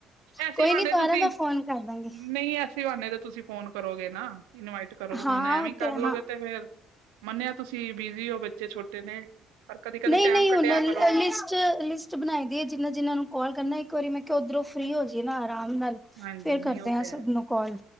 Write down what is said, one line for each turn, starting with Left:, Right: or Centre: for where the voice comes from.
Right: ਐਸੀ
Centre: ਕੋਈ
Right: ਵਾਂਦੇ
Centre: ਨੀ ਦੁਬਾਰਾ
Right: ਤੁਸੀਂ
Centre: ਮੈਂ ਫੋਨ ਕਰ ਦਾਂਗੀ
Right: ਨਹੀਂ ਐਸੀ ਸਵਾਨੇ ਦਾ ਤੁਸੀਂ ਫੋਨ ਕਰੋਗੇ ਨਾ ਇਨਵਾਈਟ ਕਰੋਗੇ
Centre: ਹਾਂ
Right: ਹੁਣ ਐਵੇਂ
Centre: ਉਹ
Right: ਹੀ ਕਰ
Centre: ਹਾਂ
Right: ਲੋਗੇ ਤੇ ਫੇਰ ਮੰਨਿਆ ਤੁਸੀਂ ਬਿਜੀ ਹੋ ਬੱਚੇ ਛੋਟੇ ਨੇ ਪਰ ਕਦੀ ਕਦੀ
Centre: ਨਹੀਂ
Right: ਟੈਮ
Centre: ਨਹੀਂ
Right: ਕੱਢਿਆ
Centre: ਉਹ ਲ
Right: ਕਰੋ
Centre: ਲਿਸ ਬਣਾਈ ਦੀ ਜਿਨਾ ਜਿਨਾ ਨੂੰ ਕਾਲ ਕਰਨਾ ਇੱਕ ਵਾਰੀ ਮੈਂ ਕਿਹਾ ਉਧਰੋਂ ਫ੍ਰੀ ਹੋ ਜਾਏ ਨਾ ਆਰਾਮ ਨਾਲ
Right: ਹਾਂਜੀ
Centre: ਫੇਰ
Right: ਨਹੀਂ
Centre: ਕਰਦੇ
Right: ਉਹ
Centre: ਹਾਂ
Right: ਤੇ ਹੈ
Centre: ਸਭ ਨੂੰ ਕਾਲ